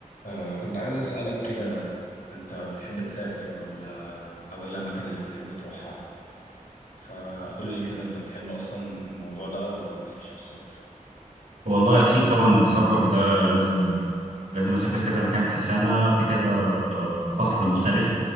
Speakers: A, on the left; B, on the right.
A: أه كنت عايز أسألك كده أنت بتحب تسافر ولا أو إيه الأماكن اللي بتحب تروحها فقول لي كده أنت بتحب أصلا الموضوع ده ولا مالكش في السفر
B: والله اكيد طبعا السفر ده لازم لازم اسافر كذا مكان في السنه في كذا آه، فصل مختلف